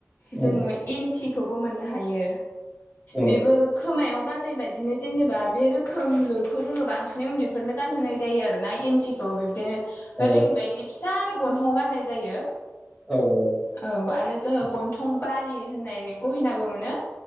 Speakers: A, in the centre; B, on the left.
A: उम
B: जोङो इन्थिखौबो मोननो हायो
A: उम
B: बेबो खोमायाव गाननाय बाददिनो जेनेबा बे रोखोमलखौ जोङो बांसिनै उन्दैफोरनो गानहोनाय जायो आरोना इन्थि स' बिब्दिनो
A: औ
B: रिं बायदि फिसानो गन्थं गाननाय जायो।
A: औ औ
B: औ आरो जोङो गन्थं बालि होननाय गहिनाबो मोनो